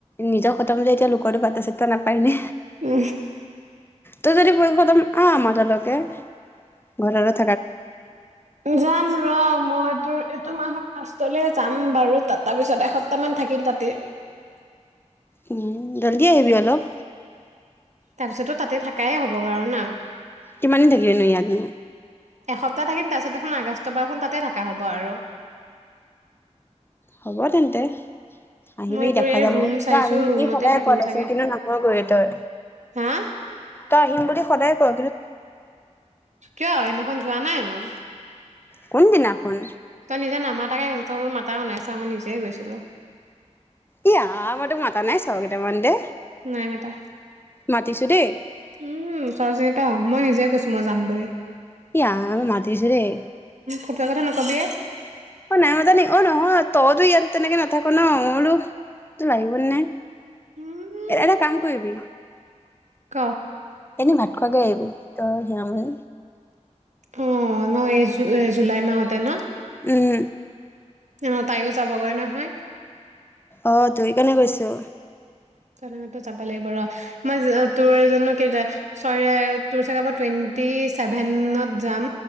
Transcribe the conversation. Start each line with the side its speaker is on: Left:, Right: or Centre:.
Left: নিজৰ খতম যে এতিয়া লোকৰ টো পাতা চাতা নাপায়নে
Right: উম
Left: তই যদি খতম আহ আমাক। লকে ঘৰৰত। <unintelligible>
Right: যাম ৰ মই তোৰ এইটো মাহত। লাষ্টলে যাম বাৰু তাৰ পিছত এসপ্তাহ মান থাকিম তাতে।
Left: উম জলদি আহিবি অলপ।
Right: তাৰপিছতো তাতে থাকাই হ'ব বাৰু না।
Left: কিমান দিন থাকিবি নো ইয়াত নো।
Right: এসপ্তাহ থাকিম তাৰ পিছত দেখোন আগষ্ট পা দেখুন তাতে থাকা হ'ব আৰু।
Left: হ'ব তেন্তে। আহিবি
Right: মই তোৰ
Left: দেখা
Right: এই
Left: যাব
Right: ৰুম চাইছো
Left: তই আহিম বুলি
Right: ৰুমতে
Left: সদায়
Right: থাকিম
Left: কোৱা
Right: চাগে।
Left: আছ কিন্তু নাহয়গৈ তই।
Right: হা
Left: ত আহিম বুলি সদায় কৱ।
Right: কিয় এনাখন যোৱা নাই মই।
Left: কোনদিনাখন।
Right: তই নিজে নামাতাকে গৈছ তই মোৰ মাতাও নাই ছা মই নিজেই গৈছিলো।
Left: এয়া আহ মই তোক মাতা নাই চৰ কেইটামান দে।
Right: নাই মাতা।
Left: মাতিছো দেই।
Right: উম চৰ চিনী মই নিজে কৈছো মই যাম বুলি।
Left: এয়া মতিছো দেই।
Right: ফতোৱা কথা নকবি।
Left: অ নাই মতা নেকি অ নহয় তইতো ইয়াত তেনেকে নাথাক ন মই বোলো লাগিব নে।
Right: উম
Left: এটা কাম। কি কৰিবি।
Right: ক।
Left: এনেই ভাত খোৱাকে আহিবি তই সিয়ামণী।
Right: অ নহ এই জুলাই মাহতে ন।
Left: উম
Right: ন তাইও যাবগৈ নহয়।
Left: অ ত সেইকাৰণে কৈছো।
Right: লাগ ৰ মই তোৰ জো তোৰ চাগে ম টুৱেন্টি ছেভেনত যাম